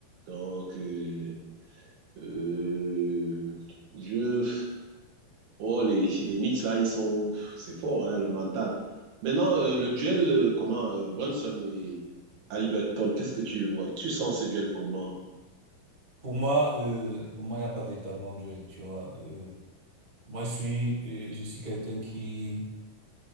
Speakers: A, on the right; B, on the right.
A: Donc, euh, euh, je. Oh, les, les Knicks, là, ils sont. C'est fort, hein, le mental. Maintenant, euh, le duel, euh, comment euh, Brunson et Haliburton, qu'est-ce que tu vois? Tu sens ce duel comment?
B: Pour moi, euh, pour moi, il n'y a pas véritablement de duel, tu vois. Euh, moi, je suis, euh, je suis quelqu'un qui,